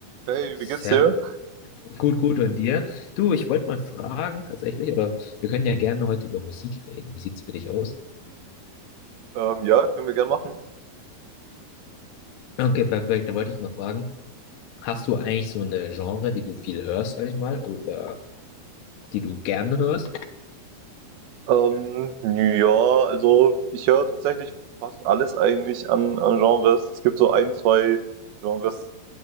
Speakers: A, on the right; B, on the left.
A: Hey,
B: Sehr
A: wie geht's dir?
B: gut, gut. Und dir? Du, ich wollte mal fragen tatsächlich, oder wir können ja gerne heute über Musik reden. Wie sieht's für dich aus?
A: Ähm, ja, können wir gern machen.
B: Okay, perfekt. Da wollte ich mal fragen, hast du eigentlich so eine Genre, die du viel hörst, sag ich mal, oder die du gerne hörst?
A: Ähm, ja, also ich höre tatsächlich fast alles eigentlich an, an Genres. Es gibt so ein, zwei Genres,